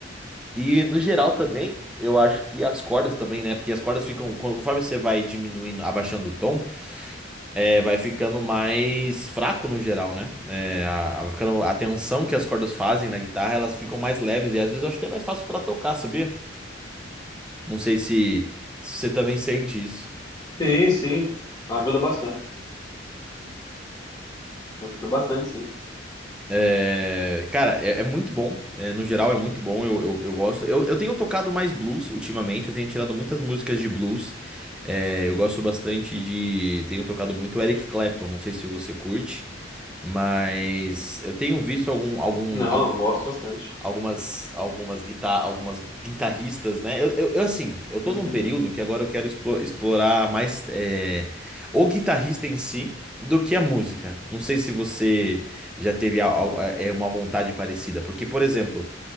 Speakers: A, in the centre; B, on the left.
A: E no geral também, eu acho que as cordas também, né? Porque as cordas ficam, quando- conforme você vai diminuindo, abaixando o tom é, vai ficando mais fraco no geral, né? É, a, a- vai ficando, a tensão que as cordas fazem na guitarra, elas ficam mais leves e às vezes eu acho até mais fácil pra tocar, sabia? Não sei se, se você também sente isso.
B: Sim, sim. Ajuda bastante. Ajuda bastante, sim.
A: É, cara, é, é muito bom. É, no geral, é muito bom. Eu, eu, eu gosto. Eu, eu tenho tocado mais blues ultimamente. Eu tenho tirado muitas músicas de blues. É, eu gosto bastante de. Tenho tocado muito Eric Clapton. Não sei se você curte, mas eu tenho visto algum, algum,
B: Não,
A: alguns
B: gosto bastante.
A: algumas algumas guitar algumas guitarristas, né? Eu, eu, eu, assim, eu tô
B: Uhum.
A: num período que agora eu quero explo- explorar mais é, o guitarrista em si do que a música. Não sei se você já teve a- a- é uma vontade parecida, porque, por exemplo,